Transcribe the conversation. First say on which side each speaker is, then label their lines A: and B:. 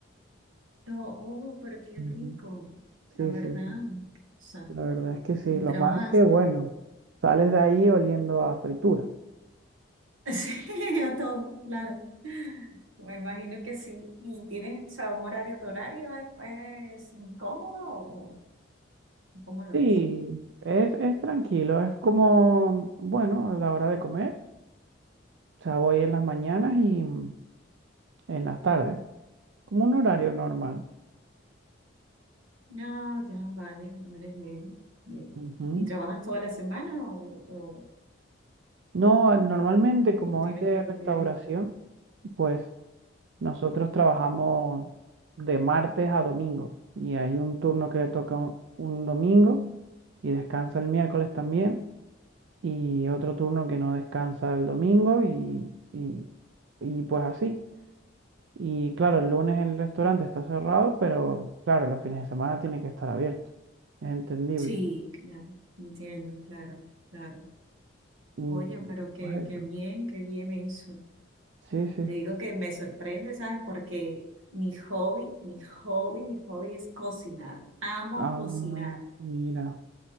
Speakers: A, on the right (about 85°); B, on the right (about 60°).
A: Pero, oh, pero qué
B: Ujú.
A: rico,
B: Sí,
A: la verdad.
B: sí, sí.
A: O sea,
B: La verdad es que sí,
A: y
B: lo
A: trabajaste
B: malo es que, bueno, sales de ahí oliendo a fritura.
A: <laughs> sí, a todo, claro. Me imagino que sí. ¿Y tienes, o sea, un horario, tu horario es, es cómodo o cómo lo
B: Sí,
A: haces?
B: es, es tranquilo, es como, bueno, a la hora de comer, o sea, voy en las mañanas y mm, en las tardes, como un horario normal.
A: No, ya, vale, vale, bien, bien.
B: Ujú.
A: ¿Y trabajas toda la semana o, o,
B: No, normalmente como
A: o tienes
B: es de
A: algún
B: restauración,
A: día libre?
B: pues nosotros trabajamos de martes a domingo y hay un turno que le toca un un domingo y descansa el miércoles también. y otro turno que no descansa el domingo y, y, y pues así. Y claro, el lunes el restaurante está cerrado, pero claro, los fines de semana tiene que estar abierto. Es entendible.
A: Sí, claro, entiendo, claro, claro.
B: Y
A: Oye, pero qué,
B: pues eso.
A: qué bien, qué bien eso.
B: Sí, sí.
A: Te digo que me sorprende, ¿sabes? Porque mi hobby, mi hobby, mi hobby es cocinar. Amo
B: Ah,
A: cocinar.
B: mira,